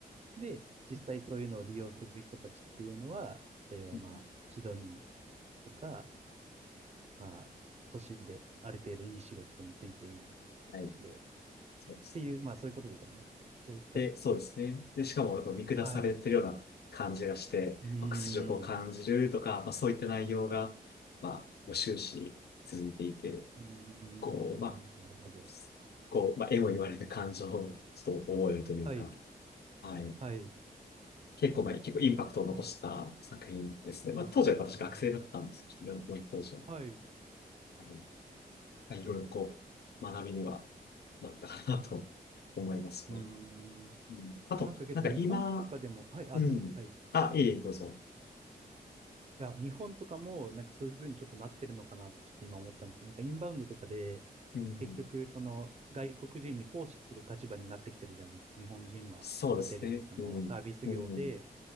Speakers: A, on the right (about 40°); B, on the left (about 80°).
A: で、実際そういうのを利用する人たちっていうのは、例えばまあ、
B: うん
A: シドニー、とか、まあ、都市である程度いい仕事についている人たちで、
B: はい。
A: っ
B: そうです。
A: ていう、まあそういうことですよね。そういった、
B: で、そうですね。で、しかも、やっぱ見下されてるような感じがして、
A: はい。うーん、
B: まあ、屈辱を感じるとか、まあ、そういった内容が、まあ、終始続いていて、
A: うーん、
B: こう、まあ、
A: なるほど。
B: こう、まあ、絵も言われた感情をちょっと覚えるというか、
A: はい。
B: はい。
A: はい。
B: 結構、まあ、結構インパクトを残した作品ですね。
A: うん。
B: まあ、
A: うーん、
B: 当時は私学生だったんですけど、読んだ当時は。
A: はい。う
B: はいまあ、いろいろこう、学びにはなったかなと思いますね。
A: ーん。
B: うん、あと、
A: なんかけど日本とかでも、
B: なんか今、
A: はい、あ、
B: うん。
A: どうぞ。はい。
B: あ、いえいえ、どうぞ。
A: いや、日本とかも、なんかそういうふうにちょっとなってるのかなってちょっと今思ったんですよ。なんかインバウンドとかで、
B: うん。
A: 結局、その、外国人に奉仕する立場になってきてるじゃない。日本人は、
B: そうですね。
A: ホテルとかのサービス業で、
B: うん。うん。